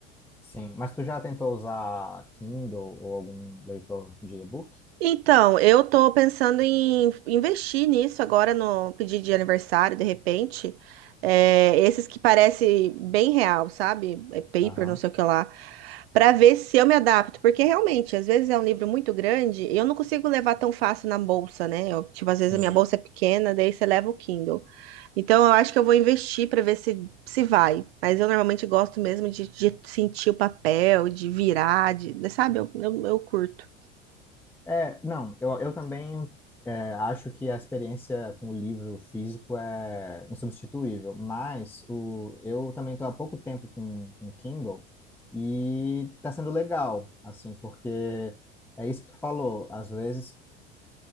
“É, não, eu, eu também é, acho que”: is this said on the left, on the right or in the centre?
Centre